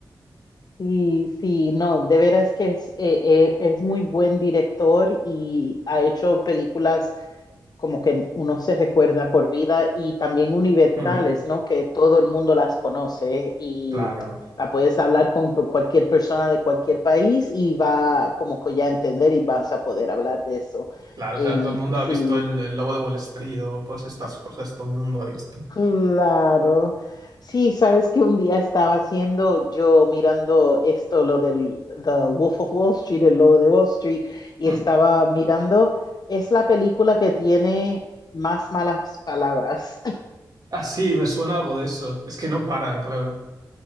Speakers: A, on the left; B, on the right.
A: Sí, sí, no, de veras que es, eh, eh, es muy buen director y ha hecho películas como que uno se recuerda por vida y también universales,
B: Mm,
A: ¿no? Que todo el mundo las conoce y
B: claro,
A: la puedes hablar con cualquier persona de cualquier país y va como que ya a entender y vas a poder hablar de eso.
B: claro,
A: Em,
B: o sea, todo el mundo ha visto
A: sí,
B: el, el Lobo de Wall Street o todas estas cosas, todo el mundo ha visto.
A: Claro. Sí, sabes que un día estaba haciendo yo mirando esto, lo del The Wolf of Wall Street, el lobo de Wall Street, y
B: Mm.
A: estaba mirando, es la película que tiene más malas palabras.
B: Ah, sí, me suena algo de eso, es que no paran, claro.